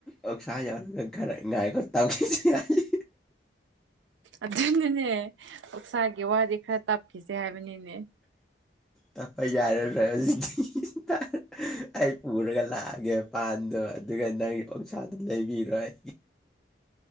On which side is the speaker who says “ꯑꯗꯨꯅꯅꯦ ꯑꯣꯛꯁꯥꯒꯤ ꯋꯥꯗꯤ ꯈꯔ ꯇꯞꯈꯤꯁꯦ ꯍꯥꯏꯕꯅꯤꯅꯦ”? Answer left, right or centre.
Right